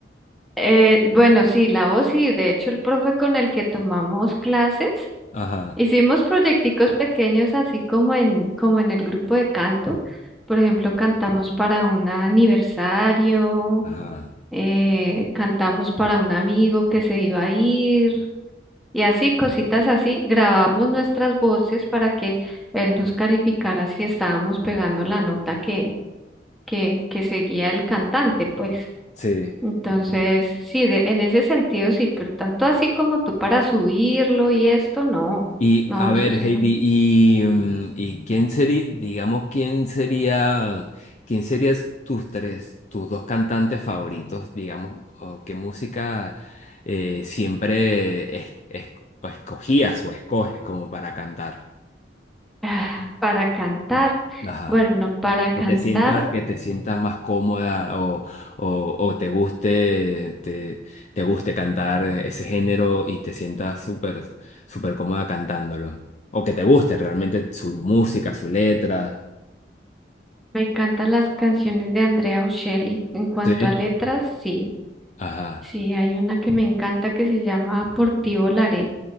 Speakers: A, in the centre; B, on the left.
A: eh, bueno, sí, la voz, sí, de hecho el profe con el que tomamos clases
B: Ajá,
A: Hicimos proyecticos pequeños así como en, como en el grupo de canto. Por ejemplo, cantamos para un aniversario,
B: ajá.
A: eh, cantamos para un amigo que se iba a ir y así, cositas así. Grabamos nuestras voces para que él nos calificara si estábamos pegando la nota que, que, que seguía el cantante, pues.
B: Sí.
A: Entonces, sí, de, en ese sentido sí, pero tanto así como tú para subirlo y esto, no,
B: Y
A: no,
B: a ver,
A: eso sí
B: Heidi,
A: no.
B: y, mm, y quién sería, digamos, quién sería, quién serías tus tres, tus dos cantantes favoritos, digamos, o qué música eh, siempre es- es- o escogías o escoges como para cantar?
A: Ah, Para cantar,
B: Ajá.
A: bueno, para cantar
B: Que te sientas, que te sientas más cómoda o, o, o te guste, te, te guste cantar ese género y te sientas súper, súper cómoda cantándolo. O que te guste realmente su música, su letra.
A: me encantan las canciones de Andrea Bocelli. En cuanto
B: Sí.
A: a letras, sí,
B: Ajá.
A: sí, hay una que me encanta que se llama Por ti volaré.